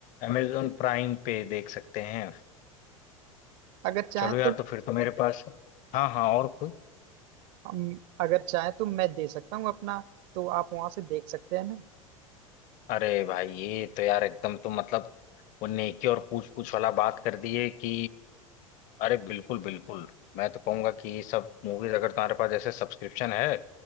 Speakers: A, on the left (about 45°); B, on the right (about 50°).
A: अमेजोन प्राइम पे देख सकते हैं
B: अगर चाहें
A: चलो यार
B: तो
A: तो फिर तो मेरे पास हाँ हाँ और कोई
B: हम- अगर चाहें तो मैं दे सकता हूँ अपना तो आप वहां से देख सकते हैं ना
A: अरे भाई ये तो यार एकदम तो मतलब वो नेकी और पूछ पूछ वाला बात कर दी है कि अरे बिल्कुल बिल्कुल मैं तो कहूंगा कि ये सब मूवीज अगर तुम्हारे पास जैसे सब्सक्रिप्शन है